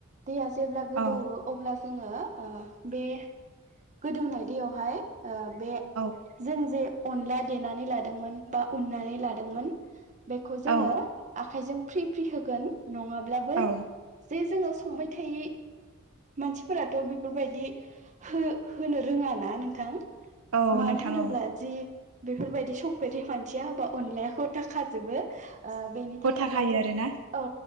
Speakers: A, on the right; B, on the right.
A: दैया जेब्ला गोदौओ
B: औ
A: अब्ला जोङो ओ बे गोदौनाय दैयावहाय ओ बे
B: औ
A: जों जे अनला देनानै लादोंमोन बानानै लादोंमोन बे जोङो
B: औ
A: आखायजों फ्रि फ्रि होगोन नङाब्लाबो
B: औ
A: जे जोङो संबाय थि मानसिफोराथ' बेफोरबायदि हो होनो रोङा ना नोंथां
B: औ
A: मानो
B: नोंथां
A: होनोब्ला
B: औ
A: जि बेफोरबायदि संपेरि मानसिया हाबा अनलायागथा खाजोबो बेनि
B: गथा
A: थाखायनो
B: खायो
A: जों
B: आरोना
A: औ